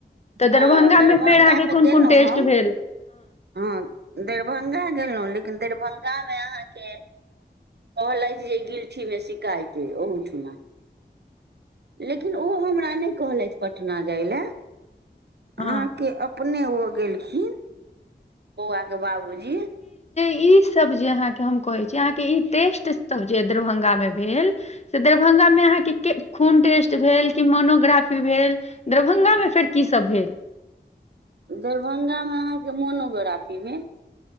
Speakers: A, on the left; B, on the right.
A: तऽ
B: हँ
A: दरभंगामे
B: दरभंगा
A: फेर अहाँके
B: तऽ
A: कोन
B: गेलहुँ
A: कोन टेस्ट
B: हम
A: भेल
B: हँ दरभंगा गेलहुँ लेकिन दरभंगामे अहाँके कहलथि जे गिल्ठीमे शिकायतइ ओहूठुमा लेकिन ओ हमरा नहि कहलथि पटना जाय लए अहाँके
A: हँ
B: अपने ओ गेलखिन बौआ के बाबूजी
A: इ सब जे अहाँ के कहय छी अहाँ के इ टेस्ट जे अहाँ के दरभंगा में भेल से दरभंगा दरभंगा मे अहाँ के खून टेस्ट भेल कि मोनोग्राफी भेल दरभंगा मे फेर की सब भेल
B: दरभंगामे अहाँके मोनोगराफी भेल